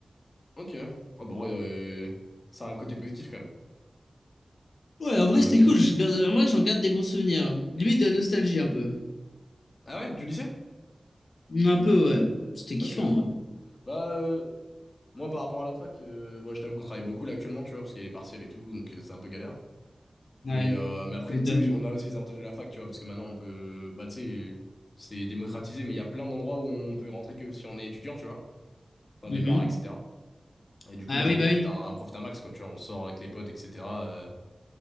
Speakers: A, on the left; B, on the left.
A: Ok. Ah bon, ouais, euh, ça a un côté positif quand même,
B: Ouais, en vrai,
A: Enfin,
B: c'était
A: je trouve.
B: cool. Je garde- en vrai, j'en garde des bons souvenirs. Limite de la nostalgie, un peu.
A: Ah ouais, du lycée?
B: Un peu, ouais. C'était kiffant,
A: Ok.
B: ouais.
A: Bah, euh, moi par rapport à la fac, euh, moi je t'avoue qu'on travaille beaucoup là actuellement, tu vois, parce qu'il y a les partiels et tout, donc euh, c'est un peu galère.
B: Ouais,
A: Mais, euh, mais après,
B: tu m'étonnes.
A: tu sais, on a aussi les avantages de la fac, tu vois, parce que maintenant on peut. Bah, tu sais, c'est démocratisé, mais il y a plein d'endroits où on peut rentrer que si on est étudiant, tu vois, dans
B: Mhm.
A: les bars, etc. Et du coup,
B: Ah
A: moi
B: oui,
A: j'en profite
B: bah oui,
A: un, profite un max, quoi, tu vois, on sort avec les potes, etc. euh,